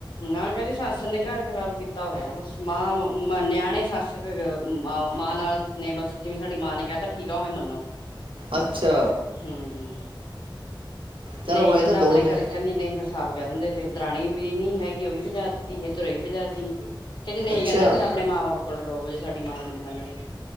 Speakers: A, on the left (about 65°); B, on the right (about 85°).
A: ਨਾ ਕਹਿੰਦੀ ਸੱਸ ਸੱਸ ਨੇ ਘਰ ਖ਼ਰਾਬ ਕੀਤਾ ਹੋਇਆ ਬਸ ਮਾਂ ਨਿਆਣੇ ਸੱਸ ਮਾਂ ਨਾਲ ਨੇ ਬਸ ਜਿਵੇਂ ਸਾਡੀ ਮਾਂ ਨੇ ਕਹਿਤਾ ਠੀਕ ਆ ਉਵੇਂ ਮੰਨੋ।
B: ਅੱਛਾ
A: ਹਮ।
B: ਚਲ
A: ਨਹੀਂ
B: ਹੋਏ
A: ਕਹਿੰਦਾ
B: ਤਾਂ ਦੋ
A: ਆਪਣੇ
B: ਨੇ
A: ਘਰੇ ਕਹਿੰਦੀ ਨਹੀਂ ਫਸਾਵ ਕਹਿ ਦਿੰਦੇ ਤੇ ਦਰਾਣੀ ਵੀ ਨੀ ਹੈਗੇ। ਉਹ ਵੀ ਜਾਤੀ ਇੱਧਰੋਂ ਵੀ ਭਜਾਤੀ ਕਹਿੰਦੀ ਨਹੀਂ
B: ਅੱਛਾ
A: ਕਹਿੰਦਾ ਫਿਰਰਣੇ ਮਾਂ ਬਾਪ ਕੋਲ ਰੋ। ਸਾਡੀ ਮਾਂ ਦੇ ਨੀ ਮੰਨਣੀ।